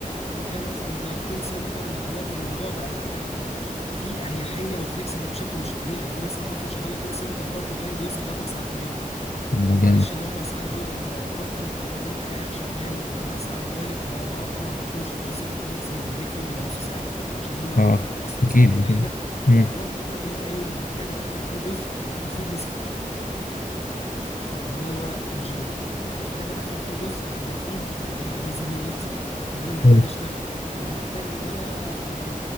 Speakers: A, on the left; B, on the left.
A: مجال مثلا زي الكول سنتر ودلوقتي الموضوع بقى يعني في اريحيه وفليكسبل بشكل مش طبيعي في ناس اعرفها شغاله كول سنتر بارت تايم بيوصل لاربع ساعات في اليوم
B: طب
A: فمعلش
B: ده جامد
A: الاربع ساعات دول انت لو اجبرت نفسك ان انت قاعد شغال اربع ساعات دايركت ورا بعض طبعا ما فيهمش فاصل ماكسيمم البريك فيهم بيبقى نص ساعه عشان هم
B: اه
A: اصلا
B: اكيد
A: ساعات قليله
B: اكيد مم.
A: لو اجبرت نفسك ان انا يومي محتاج ادخل فيه جزء مفيد لصحتي ميزانيتي اللي هو الجيم ومحتاج ادخل فيه جزء مفيد لميزانيتي ان انا محتاج
B: حلو.
A: اشتغل ومحتاج ان انا ابقى